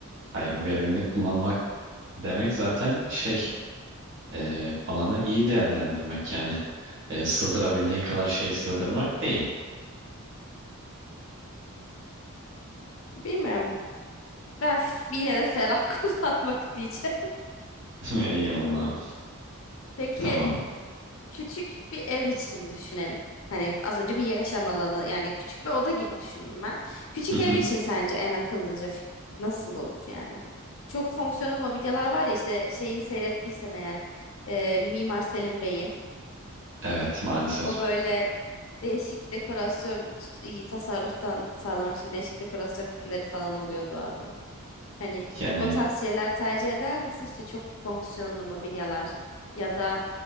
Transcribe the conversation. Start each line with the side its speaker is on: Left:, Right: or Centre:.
Right: Hayır, verimli kullanmak demek zaten şey e, alanı iyi değerlendirmek yani. E, sığdırabildiğin kadar şey sığdırmak değil.
Left: Bilmiyorum. Ben f- yine de ferah <laughs> kullanmak diyeceğim.
Right: <laughs> Yanılmam.
Left: Peki
Right: Tamam.
Left: küçük bir ev için düşünelim. Hani az önce bir yaşam alanı yani küçük bir oda gibi düşündüm ben. Küçük
Right: Hı hı.
Left: ev için sence en akıllıca fik- nasıl olur yani? Çok fonksiyonlu mobilyalar var ya işte şeyi seyrettiysen eğer e, Mimar Selim Bey'in
Right: Evet maalesef.
Left: o böyle değişik dekorasyon e, tasarruftan sağlamak için değişik dekorasyon fikirleri falan oluyordu o adamın. Hani
Right: Yani
Left: o tarz şeyler tercih eder misin? İşte çok fonksiyonlu mobilyalar ya da